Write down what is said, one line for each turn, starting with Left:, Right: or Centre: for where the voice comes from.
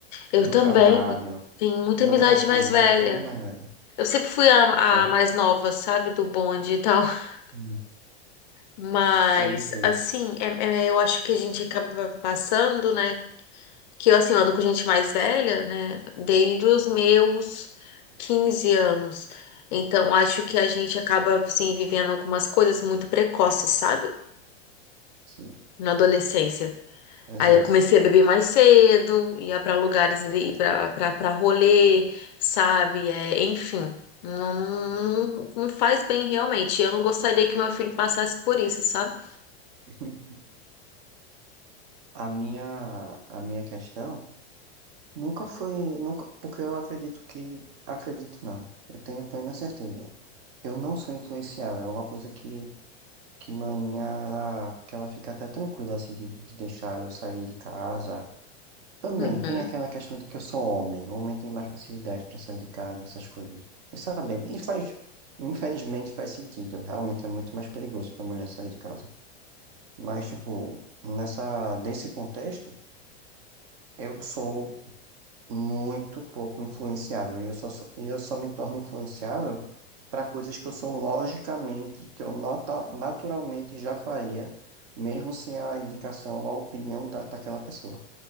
Left: Eu
Right: do
Left: também
Right: trabalho,
Left: tenho
Right: de
Left: muita amizade
Right: outras coisas,
Left: mais velha.
Right: é tudo mais velho,
Left: Eu sempre fui a,
Right: sabe?
Left: a mais nova, sabe? Do bonde e tal. <laughs>
Right: Hum.
Left: Mas,
Right: Somos dois,
Left: assim, é- é- eu acho que a gente acaba passando, né? que eu, assim, eu ando com gente mais velha, né? Desde os meus 15 anos. Então, acho que a gente acaba, assim, vivendo algumas coisas muito precoces, sabe?
Right: sim,
Left: Na adolescência.
Right: exato.
Left: Aí eu comecei a beber mais cedo, ia pra lugares, ir pra, pra, pra rolê, sabe? É, enfim, não, não, não não faz bem realmente. Eu não gostaria que meu filho passasse por isso, sabe?
Right: <laughs> A minha, a minha questão. Nunca foi, nunca, porque eu acredito que, acredito não, eu tenho plena certeza. Eu não sou influenciável, é uma coisa que, que manhã ela, que ela fica até tranquila, assim, de, de deixar eu sair de casa. Também
Left: Uhum,
Right: tem aquela questão de que eu sou homem, homem tem mais facilidade para sair de casa, essas coisas. E sabe, e faz, infelizmente faz sentido, realmente é muito mais perigoso para mulher sair de casa. Mas, tipo, nessa, desse contexto, eu sou muito pouco influenciável. E eu só, sou- e eu só me torno influenciável para coisas que eu sou logicamente, que eu nota, naturalmente já faria, mesmo sem a indicação ou a opinião da, daquela pessoa,